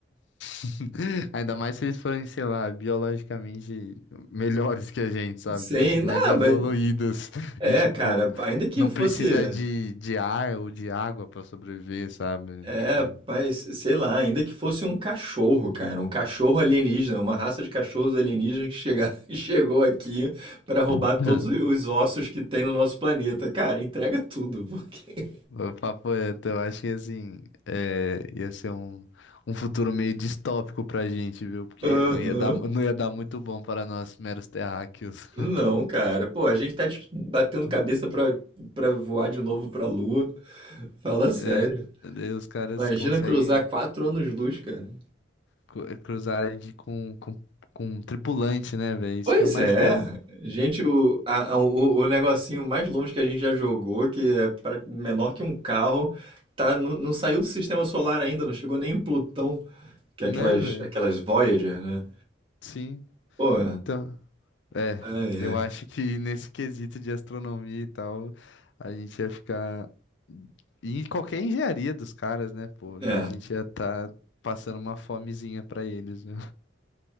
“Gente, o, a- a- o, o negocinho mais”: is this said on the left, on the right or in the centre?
Right